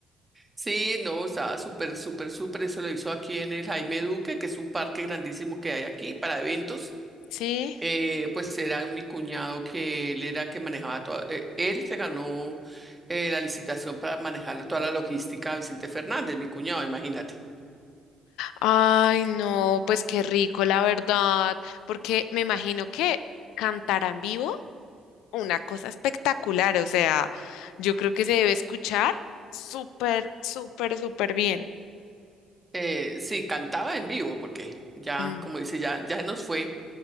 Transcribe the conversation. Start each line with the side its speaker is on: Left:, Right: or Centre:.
Right: Sí, no, estaba súper, súper, súper. Eso lo hizo aquí en el Jaime Duque, que es un parque grandísimo que hay aquí para eventos.
Left: Sí.
Right: eh, pues era mi cuñado que él era que manejaba toda, eh, él se ganó eh, la licitación para manejar toda la logística a Vicente Fernández, mi cuñado, imagínate.
Left: Ay, no, pues qué rico, la verdad, porque me imagino que cantar en vivo, una cosa espectacular, o sea, yo creo que se debe escuchar súper, súper, súper bien.
Right: Eh, sí, cantaba en vivo porque ya,
Left: Mm.
Right: como dice, ya, ya se nos fue,